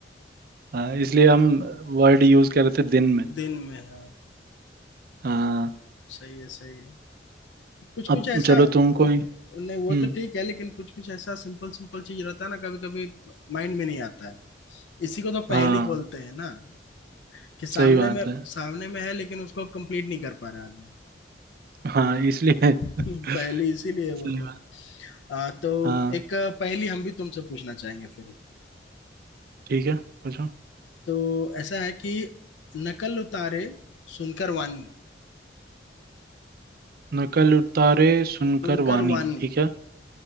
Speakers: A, on the right (about 55°); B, on the left (about 75°).
A: हाँ इसलिए हम वर्ड यूज कर रहे थे दिन में
B: दिन में हाँ
A: हाँ
B: सही है सही है कुछ कुछ
A: अब
B: ऐसा
A: चलो तुम कोई
B: नहीं
A: हम्म
B: वो तो ठीक है लेकिन कुछ कुछ ऐसा सिंपल सिंपल चीज रहता है ना कभी कभी माइंड में नहीं आता है इसी को तो
A: हाँ
B: पहेली बोलते हैं ना कि सामने
A: सही बात
B: में
A: है
B: सामने में है लेकिन उसको कंप्लीट नहीं कर पा रहा आदमी
A: हाँ इसलिए
B: <laughs>
A: <laughs>
B: पहेली इसीलिए है
A: सही
B: वो तो
A: बात
B: आ, तो
A: हाँ
B: एक पहेली हम भी तुमसे पूछना चाहेंगे फिर
A: ठीक है पूछो
B: तो ऐसा है कि नकल उतारे सुनकर वाणी
A: नकल उतारे सुनकर
B: सुनकर
A: वाणी
B: वाणी
A: ठीक है